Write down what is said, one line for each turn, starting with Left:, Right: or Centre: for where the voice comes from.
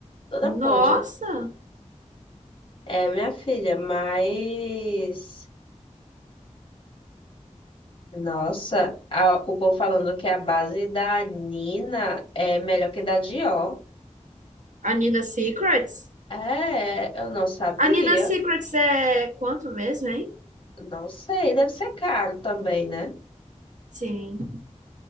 Left: toda
Right: Nossa!
Left: podre. É, minha filha, mas Nossa, a- o povo falando que a base da Nina é melhor que da Dior.
Right: A Nina Secrets?
Left: É, eu não sabia.
Right: A Nina Secrets é quanto mesmo, hein?
Left: Não sei, deve ser caro também, né?
Right: Sim.